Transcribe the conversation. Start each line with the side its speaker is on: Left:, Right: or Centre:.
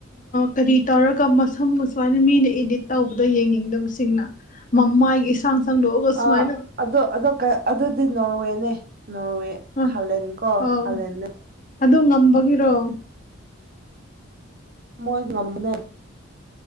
Left: ꯀꯔꯤ ꯇꯧꯔꯒ ꯃꯁꯝꯒ ꯁꯨꯃꯥꯏꯅ ꯃꯤꯅ ꯏꯗꯤꯠ ꯇꯧꯕꯗ ꯌꯦꯡꯅꯤꯡꯗꯕꯁꯤꯡꯅ ꯃꯃꯥꯏ ꯏꯁꯥꯡ ꯁꯥꯡꯗꯣꯛꯂꯒꯁꯨꯃꯥꯏꯅ
Right: ꯑꯥ ꯑꯗꯣ ꯑꯗꯣ ꯑꯗꯨꯗꯤ ꯅꯣꯔꯋꯦꯅꯦ ꯅꯣꯔꯋꯦ ꯍꯥꯂꯦꯟ
Left: ꯑ
Right: ꯀꯣ
Left: ꯑꯥꯎ
Right: ꯍꯥꯂꯦꯟꯅꯦ
Left: ꯑꯗꯨ ꯉꯝꯕꯒꯤꯔꯣ
Right: ꯃꯣꯏ ꯉꯝꯕꯅꯦ